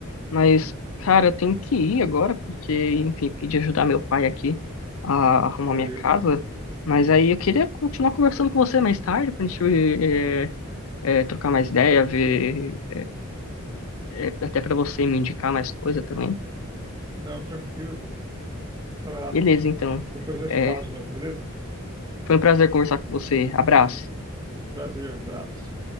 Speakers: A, on the left; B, on the right.
A: Mas, cara, eu tenho que ir agora, porque, enfim, pedi ajudar meu pai aqui a arrumar
B: Então, beleza.
A: minha casa. Mas aí eu queria continuar conversando com você mais tarde, pra gente eh, eh, trocar mais ideia, ver, eh, até pra você me indicar mais coisa também.
B: Não, tranquilo, pô. Vai lá.
A: Beleza, então.
B: Depois nós
A: Eh,
B: se fala de novo, beleza?
A: foi um prazer conversar com você. Abraço.
B: Prazer, abraço.